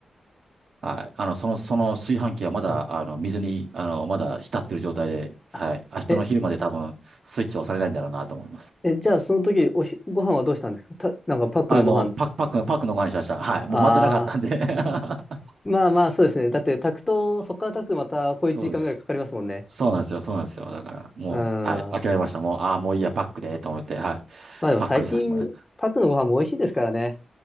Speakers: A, on the right; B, on the left.
A: はい。あの、その、その炊飯器はまだ、
B: ー、うん
A: あの、水に、あの、まだ浸ってる状態で、
B: あえ、
A: はい。明日の昼まで多分、スイッチ押されないんだろうなと思います。
B: え、じゃあその時、おひ、ご飯はどうしたんですかた、なんかパックのご飯。
A: あの、パック、パック、パックのご飯にしました。はい。
B: ああ、
A: もう待ってなかったんで <laughs>
B: まあまあそうですね。だって炊くと、そこから炊くとまた小1時間ぐらいかかりますもんね。
A: そうです。そうなんですよ、そうなんですよ。だから、もう、
B: うん。ま
A: はい。諦めました。もう、ああ、もういいや、パックで、と思って、はい。
B: あでも最近、
A: パックにさせてもらいます。
B: パックのご飯も美味しいですからね。